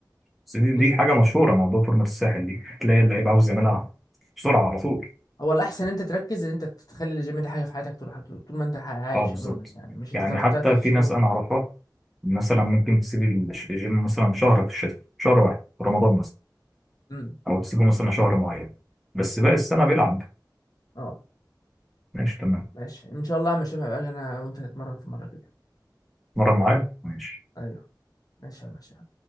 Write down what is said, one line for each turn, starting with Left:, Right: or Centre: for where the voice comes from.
Centre: بس دي,
Left: جسمك
Centre: دي حاجه
Left: وجينات.
Centre: مشهوره موضوع فورمه الساحل دي تلاقي اللعيب
Left: آه.
Centre: عاوز يعملها بسرعه على طول
Left: هو الأحسن أنت تركز إن أنت تخلي الجيم ده حاجة في حياتك طول طول طول ما أنت عايش
Centre: <laughs> اه بالظبط
Left: عموما يعني مش أنت
Centre: يعني
Left: تقعد
Centre: حتى
Left: تلات شهور
Centre: في ناس
Left: وت...
Centre: انا اعرفها مثلا
Left: مم.
Centre: ممكن تسيب الش- الجيم مثلا شهر في الشتاء شهر واحد في رمضان مثلا
Left: مم.
Centre: او تسيبه مثلا شهر معين بس باقي السنه بيلعب
Left: أه
Centre: ماشي تمام
Left: ماشي إن شاء الله يا هشام هبقى أجي أنا وأنت نتمرن في مرة كده
Centre: مرة معايا ماشي
Left: أيوه ماشي يا هشام